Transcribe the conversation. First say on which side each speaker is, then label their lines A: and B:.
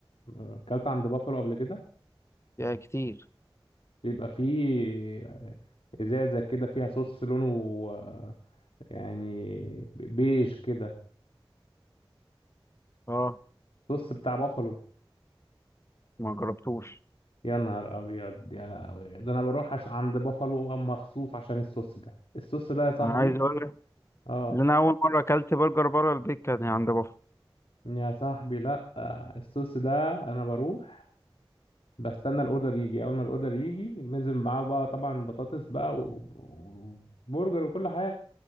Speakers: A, on the left (about 90°); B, on the left (about 30°).
A: اكلت عند بافالو قبل كده
B: يا كتير
A: بيبقى فيه آه، ازازه كده فيها صوص لونه آه، يعني بيج كده
B: اه
A: صوص بتاع بافالو
B: ما جربتوش
A: يا نهار ابيض يا لهوي ده انا بروح عش... عند بافالو مخصوص عشان الصوص ده الصوص ده يا صاحبي
B: انا عايز اقول لك
A: <laughs> اه
B: ان انا اول مره اكلت برجر بره البيت كان عند بافلو
A: يا صاحبي لا آه، الصوص ده انا بروح بستنى الاوردر يجي اول ما الاوردر يجي بنزل معاه بقى طبعا بطاطس بقى و- وبرجر وكل حاجه